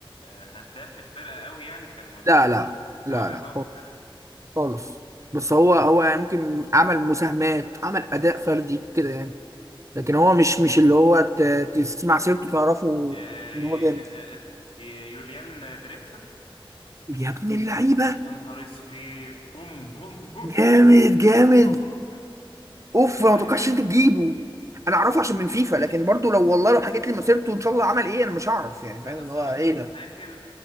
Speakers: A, on the left; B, on the right.
A: آه، هداف الفرقة قوي يعني كان مشهور
B: لا لا لا
A: طالع
B: لا
A: قوي
B: خالص
A: في الفرقة
B: خالص بس هو هو يعني ممكن عمل مساهمات عمل اداء فردي كده يعني لكن هو مش مش اللي هو ت- تسمع سيرته تعرفه
A: آه،
B: ان
A: ي-
B: هو جامد
A: آه، آه، ي- يوليان دريكسلر
B: يا ابن اللعيبه
A: يا نهار اسود بوم بوم بوم
B: جامد جامد
A: بوم.
B: اوف
A: هو
B: ما
A: يوليان
B: توقعش انت
A: دريكسلر
B: تجيبه انا اعرفه عشان من فيفا لكن برضو لو والله لو حكيت لي مسيرته ان شاء الله عمل ايه انا مش هعرف يعني
A: لا
B: فاهم اللي
A: اصل
B: هو
A: انا كنت
B: ايه ده
A: فاكر آه،